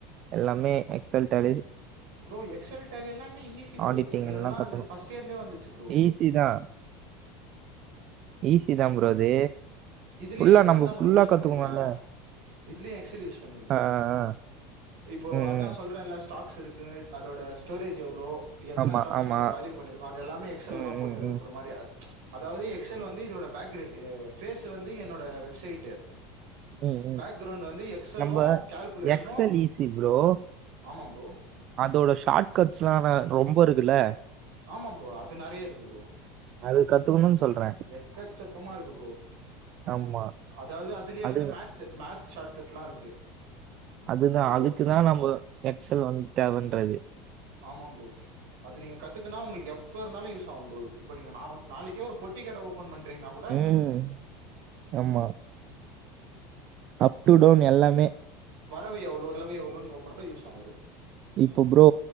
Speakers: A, on the right; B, on the right.
A: எல்லாமே Excel Tally
B: bro Excel Tally எல்லாமே ஈஸி ப்ரோ
A: ஆடிட்டிங்
B: எங்களுக்குல்லா
A: எல்லா கத்துக்கணு
B: அது ஃபர்ஸ்ட் இயர்லே வந்துச்சு ப்ரோ
A: ஈஸி தா ஈசிதா ப்ரோ அது
B: இதுலயு
A: ஃபுல்லா
B: எக்செல்
A: நம்ம
B: தா
A: ஃபுல்லா
B: ப்ரோ யூஸ் பண்ணிருக்க
A: கத்துக்கணுல்ல
B: இதுலயு எக்செல் யூஸ் பண்ணிருக்க
A: ஆ ஆ
B: இப்போ
A: ம்
B: அதா
A: ம்
B: சொல்றல்ல ஸ்டாக்ஸ் இருக்கு அதோட ஸ்டோரேஜ் எவ்ளோ எத்தன
A: ஆமா
B: ஸ்டாக்ஸ்
A: ஆமா
B: நம்ம காலி பண்ணி இருக்கோ அது எல்லாமே எக்செல்ல
A: ம்
B: தா போட்டு
A: ம்
B: வைப்புற
A: ம்
B: மாரி அதாவது எக்ஸல் வந்து இதோட பேக்கிரேட் ஃபேஸ் வந்து என்னோட வெப்சைட்டு
A: ம் ம்
B: பேக்ிரௌண்ட் வந்து எக்ஸலும்
A: நம்ப
B: கால்குலேஷனு
A: எக்ஸல் ஈஸி ப்ரோ
B: ஆமா ப்ரோ
A: அதோட ஷார்ட் கட்ஸ்ல்லா ரொம்ப இருக்குல்ல
B: ஆமா ப்ரோ அது நெறையா இருக்கு ப்ரோ
A: அது கத்துக்கணுன்னு சொல்றே
B: எக்கச்சக்கமா இருக்கு ப்ரோ
A: ஆமா
B: அதாவது அதுலயே
A: அது
B: வந்து மேட்ச் மேக்ஸ் ஷார்ட் கட் எல்லா இருக்கு
A: அதுதா
B: இப்போ
A: அதுக்குதா நம்ம எக்்சல் வந்து தேவன்றது
B: ஆமா ப்ரோ அது நீங்க கத்துக்குன்னா உங்களுக்கு எப்ப இருந்தாலு யூஸ் ஆகும் ப்ரோ இப்ப நீங்க நா நாளைக்கே ஒரு பொட்டி கட ஓப்பன் பண்றீங்கன்னா கூட
A: ம் ஆமா அப் டு டவுன் எல்லாமே
B: வரவு எவ்ளோ செலவு எவ்ளோ நீ ஓப்பன்ல யூஸ் ஆவுது
A: இப்ப ப்ரோ